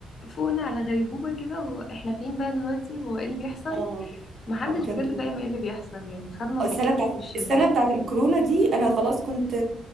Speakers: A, on the left; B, on the right.
A: فوقنا على غيبوبه كده هو احنا فين بقى دلوقتي هو ايه اللي بيحصل
B: اه
A: محدش
B: اه بجد
A: بجد فاهم ايه اللي بيحصل يعني خدنا
B: السنه
A: صدمه
B: بتاعت
A: في وشنا
B: السنه بتاعت الكورونا دي انا خلاص كنت